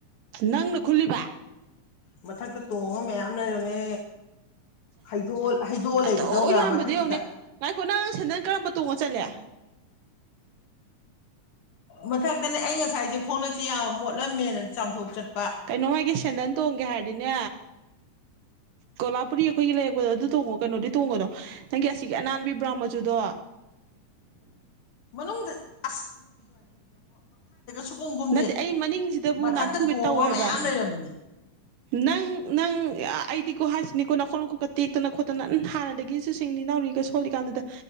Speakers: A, on the right; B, on the left.
A: ꯅꯪꯅ ꯈꯨꯜꯂꯤꯕ
B: ꯃꯊꯛꯇ ꯇꯣꯡꯉ ꯃꯌꯥꯝ ꯂꯩꯔꯝꯃꯦ ꯍꯩꯗꯣꯛꯑ ꯍꯩꯗꯣꯛꯑ
A: ꯑꯇꯧ
B: ꯂꯩꯕꯗꯧꯅ
A: ꯌꯥꯝꯕꯗꯤ
B: ꯃꯊꯛꯇꯨꯗ
A: ꯌꯧꯅꯦ ꯉꯥꯏꯈꯣ ꯅꯪ ꯁꯦꯟꯗꯟ ꯀꯔꯝꯕ ꯇꯣꯡꯉ ꯆꯠꯂꯦ
B: ꯃꯊꯛꯇꯅꯦ ꯑꯩ ꯉꯁꯥꯏꯁꯦ ꯈꯣꯡꯡꯂꯛꯁꯤꯦ ꯌꯥꯝ ꯃꯣꯠꯂꯝꯃꯦꯅ ꯆꯥꯝꯊꯣꯛ ꯆꯠ
A: ꯀꯩꯅꯣ ꯑꯩꯒꯤ ꯁꯟꯗꯂ ꯇꯣꯡꯒꯦ ꯍꯥꯏꯔꯗꯤꯅꯦ ꯀꯣꯂꯥꯄꯨꯔꯤ ꯑꯩꯈꯣꯏꯒꯤ ꯂꯩꯔꯛꯄꯗꯣ ꯑꯗꯨ ꯇꯣꯡꯉꯣ ꯀꯩꯅꯣꯗꯤ ꯇꯣꯡꯉꯗꯣ ꯅꯪꯒꯤ ꯑꯁꯤꯒꯤ ꯑꯅꯥꯟꯕꯤꯕ꯭ꯔꯥ ꯃꯆꯨꯗꯣ
B: ꯍ ꯁꯨꯀꯨꯝ ꯀꯨꯝꯗꯦ
A: ꯅꯠꯇꯦ ꯑꯩ ꯃꯅꯤꯡꯁꯤꯗꯕꯨ
B: ꯃꯊꯛꯇ
A: ꯅꯥꯟꯊꯨꯒꯦ
B: ꯇꯣꯡꯉ
A: ꯇꯧꯋꯦꯕ
B: ꯃꯌꯥꯝ ꯂꯩꯔꯝꯃꯤꯅꯤ
A: ꯅꯪ ꯅꯪ ꯑꯩꯗꯤꯀꯣ ꯍꯥꯏꯁꯤꯅꯤꯀꯣ ꯅꯈꯣꯛ ꯅꯈꯣꯛꯀ ꯇꯦꯛꯇꯅ ꯈꯣꯠꯇꯅ ꯍꯥꯟꯅꯗꯒꯤꯁꯨ ꯁꯤꯡꯂꯤꯅꯤ ꯅꯥꯎꯔꯤꯒ ꯁꯣꯜꯂꯤꯀꯥꯟꯗꯨꯗ